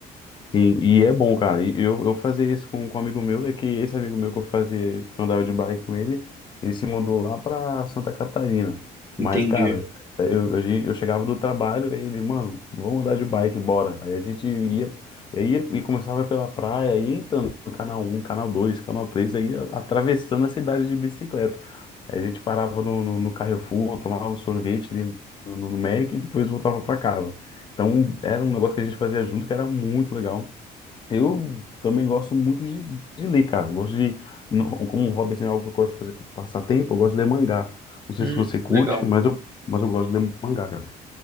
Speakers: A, on the left; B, on the right.
A: Sim, e é bom, cara. E eu, eu fazia isso com, com um amigo meu, é que esse amigo meu que eu fazia isso, que eu andava de bike com ele, ele se mudou lá pra Santa Catarina. Mas,
B: Entendi.
A: cara, eu, a gente- eu chegava do trabalho, aí ele, mano, vamos andar de bike, bora. Aí a gente ia, ia e começava pela praia, aí entrando no canal um canal dois canal três aí atravessando a cidade de bicicleta. Aí a gente parava no, no, no Carrefour, tomava um sorvete ali no, no, no Mac e depois voltava pra casa. Então, era um negócio que a gente fazia junto que era muito legal. Eu também gosto muito de, de ler, cara. Eu gosto de, no- como um hobby, assim, é algo que eu gosto de fazer para passar tempo, eu gosto de ler mangá. Não sei
B: Hum,
A: se você curte,
B: legal.
A: mas eu, mas eu gosto de ler mangá, cara.